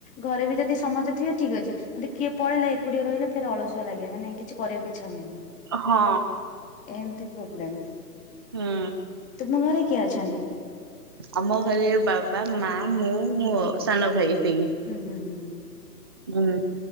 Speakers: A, on the left (about 15°); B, on the right (about 15°).
A: ଘରେ ବି ଯଦି ସମସ୍ତେ ଥିବେ ଠିକ୍ ଅଛି। ଯଦି କିଏ ପଳେଇଲା ଏକୁଟିଆ ରହିଲେ ଫେରେ ଅଳସୁଆ ଲାଗେ, ମାନେ କିଛି କରିବାକୁ ଇଛା ହୁଏନି।
B: ହଁ।
A: ଏମତି ପ୍ରୋବ୍ଲେମ୍।
B: ହୁଁ।
A: ତୁମ ଘରେ କିଏ ଅଛନ୍ତି?
B: ଆମ ଘରେ ବାବା, ମା, ମୁଁ, ମୋ ସାନ ଭାଇ ଏତିକି।
A: ହୁଁ ହୁଁ ହୁଁ ହୁଁ।
B: ହୁଁ